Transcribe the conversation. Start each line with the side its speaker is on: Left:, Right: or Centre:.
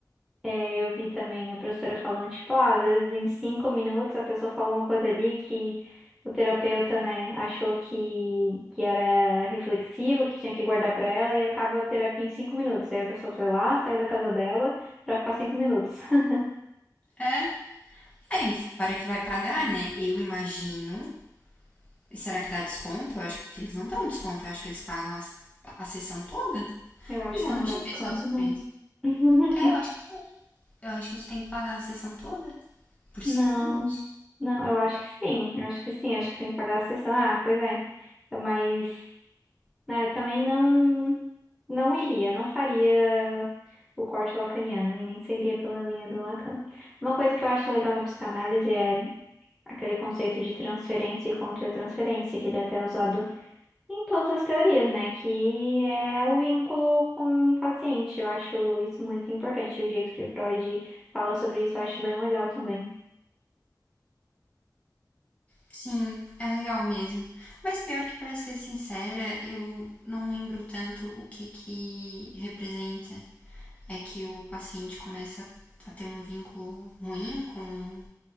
Centre: É, eu vi também a professora falando, tipo, ah, às vezes em cinco minutos a pessoa falou uma coisa ali que o terapeuta, né, achou que, que era reflexivo, que tinha que guardar pra ela e acaba a terapia em cinco minutos. Aí a pessoa foi lá, saiu da casa dela pra ficar cinco minutos. <laughs>
Left: É, é, e para que vai pagar, né? Eu imagino. E será que dá desconto? Eu acho que eles não dão desconto, eu acho que eles pagam as- a, sessão toda.
Centre: Eu acho
Left: Pois é,
Centre: que
Left: eu
Centre: não
Left: não tinha
Centre: dá desconto,
Left: pensado sobre
Centre: não.
Left: isso.
Centre: <laughs>
Left: É, eu acho que não. Eu acho que tu tem que pagar a sessão toda por
Centre: Não,
Left: cinco minutos.
Centre: não, eu acho que sim, eu acho que sim, acho que tem que pagar a sessão. Ah, pois é, mas né, também não, não iria, não faria o corte lacaniano e nem seguiria pela linha do Lacan. Uma coisa que eu acho legal na psicanálise é aquele conceito de transferência e contra-transferência, que ele é até é usado em todas as teorias, né? Que é o vínculo com o paciente. Eu acho isso muito importante. E O jeito que o Freud fala sobre isso, eu acho bem legal também.
Left: Sim, é legal mesmo. Mas pior que, para ser sincera, eu não lembro tanto o que que representa. É que o paciente começa a ter um vínculo ruim com,